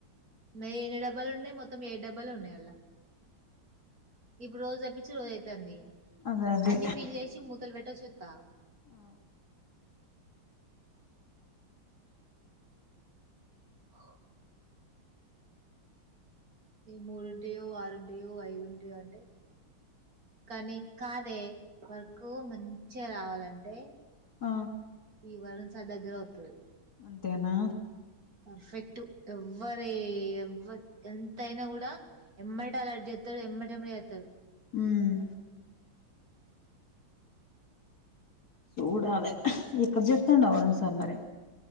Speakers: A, on the right (about 45°); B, on the left (about 50°).
A: మరి ఎన్ని డబ్బాలు ఉన్నాయి మొత్తం ఏడు డబ్బాలు ఉన్నాయి అల్లా ఇప్పుడు రోజు తప్పించి రోజు అవుతుంది
B: అదే అదే
A: అన్ని ఫిల్ చేసి మూతలు పెట్టొచ్చు చెత
B: ఆ
A: ఆ ఈ మూడుంటాయో ఆరుంటాయో ఐదుంటాయో అంటే కానీ కాదే వర్కు మంచి చ్చే రావాలంటే
B: ఆ
A: ఇ వరుణ్ సార్ దగ్గరే వస్తాది
B: అంతేనా
A: పర్ఫెక్ట్ ఎవ్వరే ఎవరు ఎంతయినా కూడా ఎమ్మాయి అలర్జ ఎ ఎమ్మట ఎమ్మడ చెత్తడు
B: మ్మ్ చూడాలే ఎక్కడ చెప్తాండ వరుణ సార్ మరి